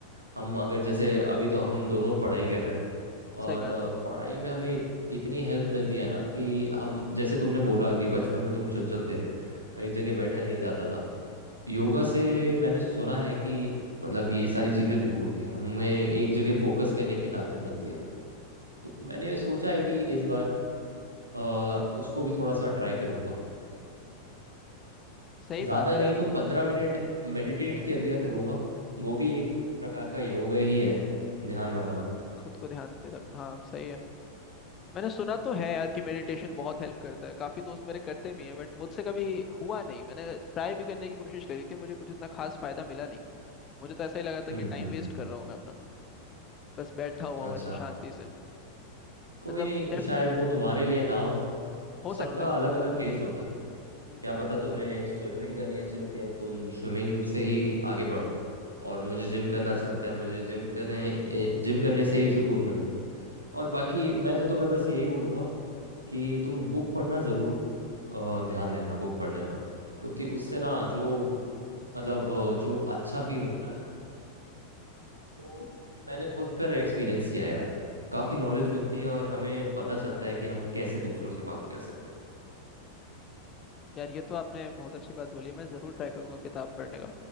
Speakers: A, on the right; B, on the left.
A: हम अगर जैसे अभी तो हम दोनों पढ़ाई कर रहे हैं और
B: सही बात
A: अ,
B: है
A: पढ़ाई में हमें इत- इतनी हेल्प मिलती है ना कि हम जैसे तुमने बोला कि बचपन में तुम चंचल थे
B: हम्म
A: एक जगह बैठा नहीं जाता था योगा से मैंने सुना है कि मतलब ये सारी चीज़ें दूर होती हैं हमें एक जगह फोकस करने की ताकत मिलती है तो मैंने सोचा है कि इस बार अ, उसको भी थोड़ा सा ट्राई करूँगा
B: सही
A: ज़्यादा
B: बात है
A: नहीं
B: यार
A: तो पंद्रह मिनट मेडिटेट कर लिया करूँगा वो
B: हम्म
A: भी
B: हम्म हम्म,
A: एक प्रकार का योगा ही है ध्यान लगाना
B: खुद को ध्यान पे रख हाँ सही है मैंने सुना तो है यार कि मेडिटेशन बहुत हेल्प करता है काफी दोस्त मेरे करते भी हैं बट मुझसे कभी हुआ नहीं मैंने ट्राई भी करने की कोशिश करी थी मुझे कुछ इतना खास फायदा मिला नहीं मुझे तो ऐसा ही लगा था
A: हम्म
B: कि टाइम
A: हम्म
B: वेस्ट
A: हम्म
B: कर रहा हूँ मैं अपना बस बैठा हुआ
A: अच्छा
B: हूँ ऐसे शांति से
A: कोई
B: मतलब
A: नहीं
B: डेफिनेट
A: शायद वो तुम्हारे लिए ना हो
B: हो
A: सबका
B: सकता है
A: अलग अलग टेस्ट होता है
B: हम्म
A: क्या पता तुम्हें स्विमिंग करनी अच्छी लगती है तुम स्विमिंग से ही आगे बढ़ो और मुझे जिम करना अच्छा लगता है मुझे जिम करने जिम करने से ही सुकून मिला और बाकी मैं तो तुम्हें बस यही बोलूँगा कि तुम बुक पढ़ना ज़रूर अ, ध्यान देना बुक पढ़ने में क्योंकि उससे ना जो मतलब अ, जो अच्छा फील होता है ना वो मैंने खुद पर एक्सपीरियंस किया है यार काफ़ी नॉलेज मिलती है और हमें पता चलता है कि हम कैसे दूसरों से बात कर सकते हैं
B: यार ये तो आपने बहुत अच्छी बात बोली है मैं जरूर ट्राई करूंगा किताब पढ़ने का